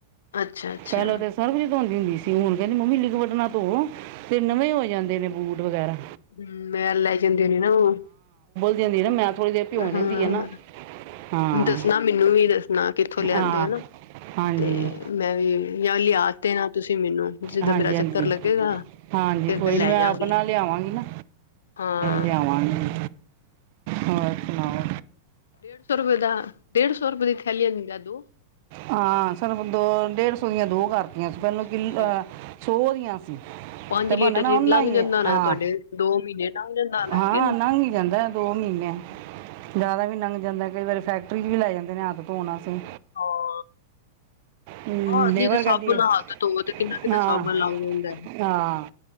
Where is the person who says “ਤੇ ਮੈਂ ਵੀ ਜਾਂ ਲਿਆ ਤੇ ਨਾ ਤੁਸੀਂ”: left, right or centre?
Left